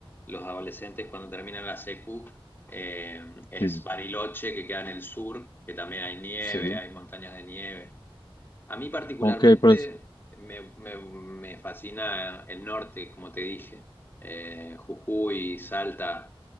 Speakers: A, on the left; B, on the left.
A: los adolescentes cuando terminan la secu eh, es
B: sí,
A: Bariloche que queda en el sur, que también hay nieve,
B: sí.
A: hay montañas de nieve. A mí particularmente
B: Ok, pues.
A: me, me- me fascina el norte, como te dije, Eh, Jujuy, Salta.